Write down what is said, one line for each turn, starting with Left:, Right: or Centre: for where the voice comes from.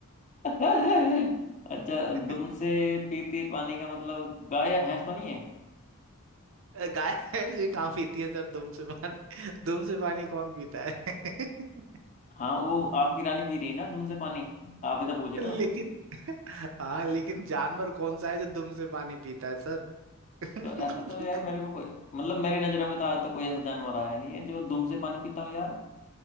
Left: <laughs> अच्छा
Right: के।
Left: दुम से पीती पानी का मतलब गाय या भैंस तो नहीं है
Right: गाय ऐसी कहाँ पीती है सर दुम से पानी दुम से पानी कौन पीता है <laughs>
Left: हाँ वो आपकी रानी पी रही है ना तुमसे पानी आप ही तो पूछ रहे
Right: लेकिन
Left: हो
Right: हाँ लेकिन जानवर कौन सा है जो दुम से पानी पीता है सर <laughs>
Left: तो ऐसा तो यार मेरे को कोई मतलब मेरी नजरों में तो आज तो कोई ऐसा जानवर आया नहीं है जो दुम से पानी पीता हो यार